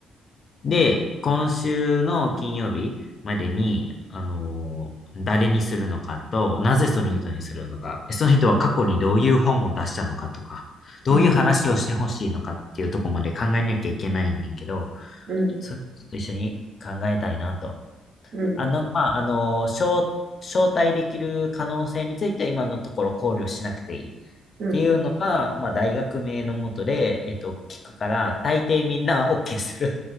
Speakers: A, on the left; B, on the right.
A: で、今週の金曜日までに、あのー誰にするのかと、なぜその人にするのか、
B: うん、
A: その人は過去にどういう本を出したのかとか、どういう話をしてほしいのかっていうところまで考えなきゃいけないんだけど、
B: うん、うん、うん、うん、
A: それちょっと一緒に考えたいなと。
B: うん。
A: あの、まあ、あの、招、招待できる可能性については今のところ考慮しなくていいっ
B: うん
A: ていうのが、まあ、大学名のもとで、えっと、聞くから、大抵みんな OK する。